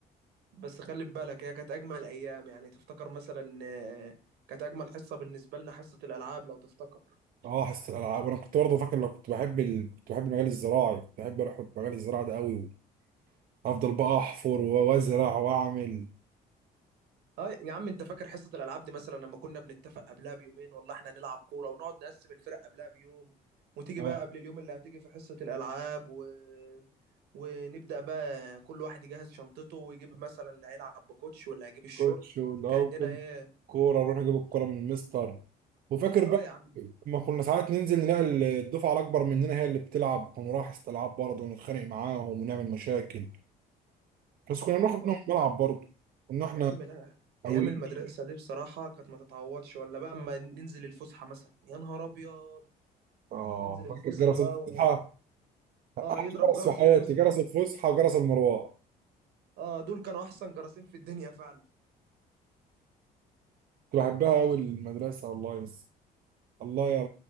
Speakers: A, on the right (about 80°); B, on the right (about 60°).
A: بس خلي بالك هي كانت اجمل ايام يعني تفتكر مثلا آه، كانت اجمل حصه بالنسبه لنا حصه الالعاب لو تفتكر
B: اه حصه الالعاب وانا كنت برضه فاكر لو كنت بحب ال... كنت بحب المجال الزراعي كنت بحب اروح المجال الزراعي ده قوي افضل بقى احفر وازرع واعمل
A: اه يا عم انت فاكر حصه الالعاب دي مثلا لما كنا بنتفق قبلها بيومين والله احنا نلعب كوره ونقعد نقسم الفرق قبلها بيوم وتيجي
B: آه.
A: بقى قبل اليوم اللي هتيجي في حصه الالعاب و... ونبدا بقى كل واحد يجهز شنطته ويجيب مثلا اللي هيلعب بكوتش واللي هيجيب الشورت
B: كوتش والاول
A: كاننا ايه
B: كوره اروح اجيب الكوره من المستر وفاكر
A: اه
B: بقى
A: يا عم
B: ما كنا ساعات ننزل نلاقي الدفعه الاكبر مننا هي اللي بتلعب ونروح استلعاب برضه ونتخانق معاهم ونعمل مشاكل بس كنا بناخد
A: ايوه
B: منهم الملعب برضه كنا احنا
A: يا عم لا
B: قويين
A: ايام المدرسه
B: شويه
A: دي بصراحه كانت ما تتعوضش ولا بقى اما ننزل الفسحه مثلا يا نهار ابيض
B: اه
A: تنزل الفسحه
B: فاكر جرس
A: بقى
B: الفسحه
A: و...
B: أحلى
A: اه يضرب
B: جرس
A: جرس
B: في حياتي
A: الفسحه
B: جرس الفسحه وجرس المروه
A: اه دول كانوا احسن جرسين في الدنيا فعلا
B: كنت بحبها قوي المدرسه والله بس الله يا